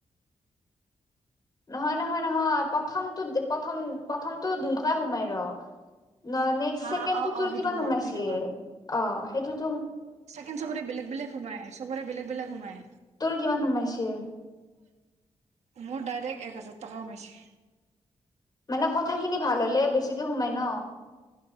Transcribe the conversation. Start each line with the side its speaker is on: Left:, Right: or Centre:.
Left: নহয়- নহয় -নহয় প্ৰথমটো প্ৰথম প্ৰথমটো দুইশ সোমাই ৰ। ন নেক্স
Right: হা
Left: চছেকেণ্ডটো
Right: অ
Left: তোৰ
Right: অ সেইটো
Left: কিমান সোমাইছিল?
Right: অ দুই টকা
Left: অহ ', সেইটোত
Right: ছেকেণ্ড চবৰে বেলেগ- বেলেগ সোমাই চবৰে বেলেগ - বেলেগ। সোমায়।
Left: কিমান সোমাইছিল?
Right: মোৰ ডাইৰেক্ট এক হাজাৰ টকা সোমাইছে।
Left: মানে কথাখিনি ভাল হলে বেছিকে সোমাই ন।